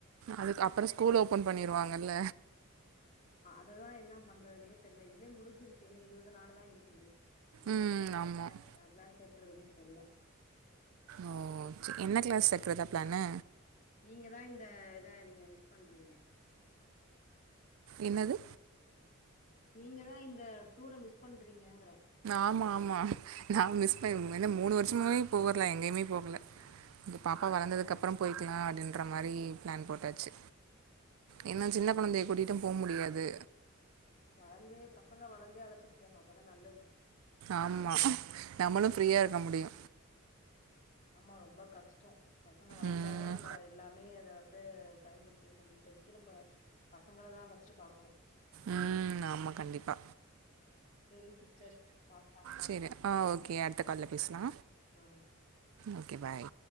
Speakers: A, on the right; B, on the left.
A: அதுக் அப்பறொ ஸ்கூல் ஓபன் பண்ணிருவாங்கல்ல
B: அது தா என்னா பண்றதுனே தெர்ல இதுவே முடிஞ்சிருச் என்ன இருவது நாலு தா இருக்குது இதுக்கப்ற
A: ம்
B: நா எப்டி
A: ஆமாம்
B: கிளா அ கிளாஸ் சே க்றதுனே தெர்ல
A: ஓ சரி என்ன
B: இப்டியே
A: கிளாஸ்
B: போய்ட்ருக்கு
A: சேர்க்குறதா பிளானு
B: நீங்க தா இந்த இத நீங்க மிஸ் பண்றீங்க
A: என்னது
B: நீங்க தா இந்த டூர மிஸ் பண்றீங்கங்குற
A: ஆமா ஆமா நா மிஸ் பண் <unintelligible> மூணு வருஷமாவே போகரல எங்கேயுமே போகல பாப்பா வளந்ததுக்ப்பறம் போயிக்லா அடின்ற மாரி பிளான் போட்டாச்சு ஏன்னா சின்ன கொழந்தைய கூட்டிட்டும் போ முடியாது.
B: வளந்தே பசங்க வளந்தே அழச்சிட்டு போங்க அப்பதா நல்
A: ஆமா நம்மளு
B: இல்லன்னா
A: ஃப்ரீயா
B: ரொம்
A: இருக்க முடியு
B: ஆமா ரொம்ப கஷ்டோ பசங்க வளந்தாதா
A: ம்
B: நம்ப எல்லாமே அத வந் து பயன்படுத்திக்க முடியு இப்பதைக்கு நம்ப பசங்கள தா ஃபஸ்ட் பாக்கணு
A: ம் ஆமா கண்டிப்பா
B: சரிங்க சிஸ்டர் பாக்கலாம்.
A: சேரி ஆ ஓகே அடுத் த கால்ல பேசலா
B: ஆ
A: ஓகே பாய்